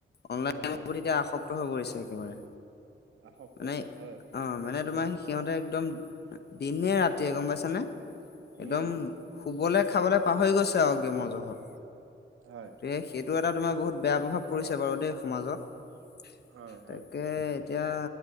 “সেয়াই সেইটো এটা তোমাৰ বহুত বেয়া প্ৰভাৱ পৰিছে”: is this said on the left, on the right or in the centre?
Left